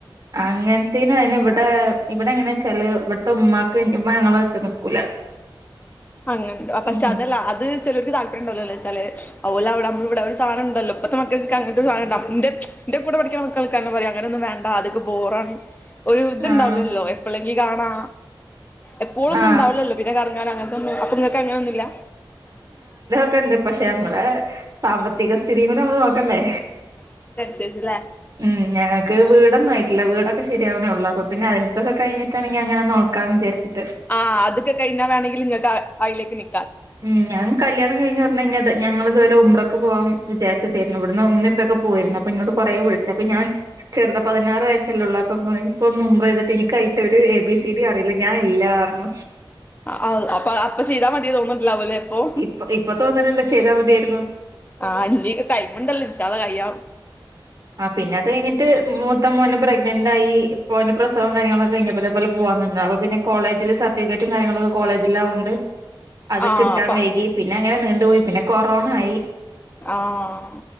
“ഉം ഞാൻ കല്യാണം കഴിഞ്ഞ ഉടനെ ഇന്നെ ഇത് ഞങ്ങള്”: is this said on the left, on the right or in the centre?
Right